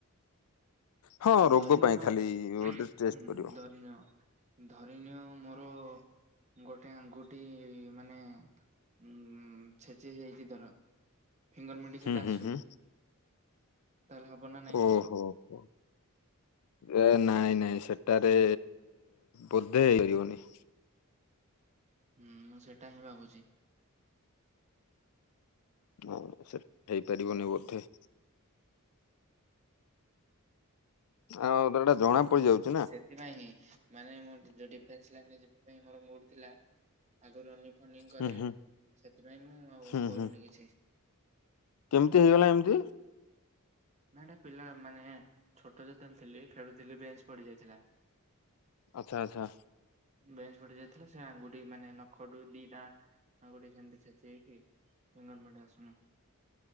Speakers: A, on the left (about 85°); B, on the right (about 30°).
A: ହଁ ରୋଗ
B: ଧରିନୀୟ
A: ପାଇଁ
B: ଉଁ
A: ଖାଲି ଗୋଟେ
B: ହୁଁ
A: ଟେଷ୍ଟ କରିବ
B: ଧରିନିୟ। ଧରିନିଅ ମୋର ଗୋଟେ ଆଙ୍ଗୁଠି ମାନେ। ଉଁ ଛେଚି ହେଇ ଯାଇଛି ଧର। ଫିଙ୍ଗର ମିଣ୍ଟି ସେଟା
A: ହୁଁ
B: ଆସୁନି
A: ହୁଁ ହୁଁ
B: ତାହେଲେ ହବ ନା ନାଇଁ
A: ଓ ହୋ ହୋ। ଏ ନାଇଁ ନାଇଁ ସେଟାରେ ବୋଧେ ମିଳିବନି।
B: ହୁଁ ମୁଁ ସେଟା ହିଁ ଭାବୁଛି।
A: ନାଇଁ ନାଇଁ ସେଟେ ହେଇ ପାରିବନି ବୋଧେ। ଆଉ ତାର ଏଟା ଜଣା ପଡିଯାଉଛି ନା।
B: ସେଥି ପାଇଁ ହିଁ ମାନେ ମୋର ଯୋଉ ଡିଫେନ୍ସ ଲାଇନରେ ଯିବା ପାଇଁ ମୋର ମୁଡ ଥିଲା ଆଗରୁ ରନି ଙ୍ଗ ଫନିଂ କରେ
A: ହୁଁ ହୁଁ
B: ସେଥିପାଇଁ ମୁଁ ଆଉ
A: ହୁଁ
B: କରୁନି
A: ହୁଁ
B: କିଛି।
A: କେମିତି ହେଇଗଲା ଏମିତି?
B: ନାଇ ଏଟା ପିଲା ମାନେ ଛୋଟ ଯେତେ ବେଳେ ଥିଲି ଖେଳୁ ଥିଲି ବେଞ୍ଚ ପଡି ଯାଇଥିଲା।
A: ଆଚ୍ଛା ଆଚ୍ଛା।
B: ବେଞ୍ଚ ପଡି ଯାଇଥିଲା ସେ ଆଙ୍ଗୁଠି ମାନେ ନଖ ଟୁ ଦିଟା ଆଙ୍ଗୁଠି ସେମତି ଛେଚି ହେଇକି। ଫିଙ୍ଗର ପ୍ରିଣ୍ଟ ଆସୁନି ମ